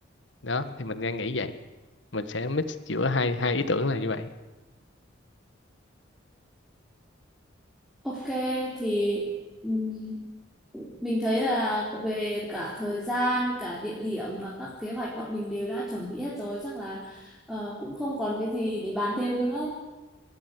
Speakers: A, on the left; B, in the centre.
A: đó thì mình đang nghĩ vậy mình sẽ mix giữa hai hai ý tưởng là như vậy
B: Ok thì ừm, mình thấy là về cả thời gian, cả địa điểm và các kế hoạch bọn mình đều đã chuẩn bị hết rồi, chắc là ờ, cũng không còn cái gì để bàn thêm nữa.